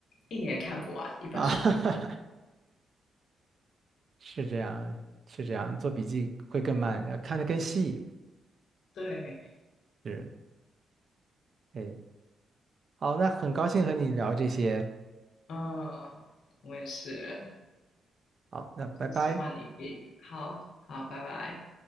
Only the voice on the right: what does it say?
啊？<laughs> 是这样，是这样，做笔记会更慢，要看得更细。
是，哎，好，那很高兴和你聊这些。
好，那拜拜。